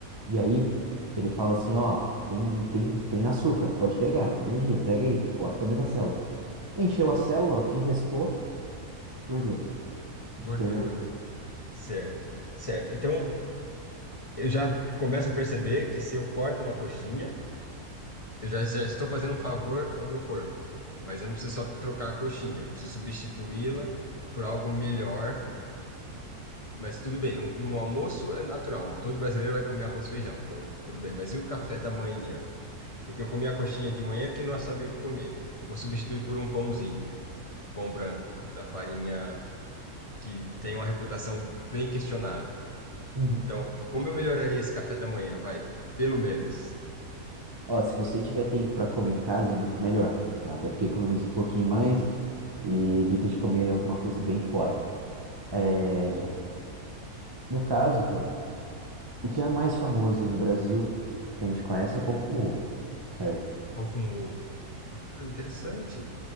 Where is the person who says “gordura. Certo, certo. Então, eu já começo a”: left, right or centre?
Left